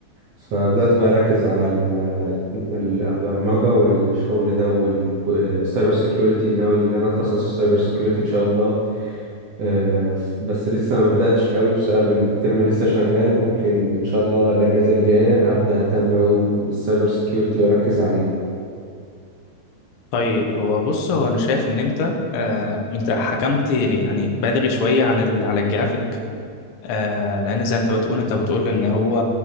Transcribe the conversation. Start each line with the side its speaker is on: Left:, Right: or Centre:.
Right: فبدأت بقى اركز على ال- البرمجة والشغل ده والسايبر سيكيورتي ناوي ان انا اتخصص في السايبر سيكيورتي ان شاء الله آه، ف- بس لسه ما بدأتش قوي بسبب ان الترم لسه شغال ممكن ان شاء الله الاجازة الجاية هبدأ اهتم قوي بالسايبر سيكيورتي واركز عليه
Left: طيب هو بص هو انا شايف ان انت آه انت حكمت يعني بدري شويه عن ال... على الجرافيك آه لان زي انت بتقول انت بتقول ان هو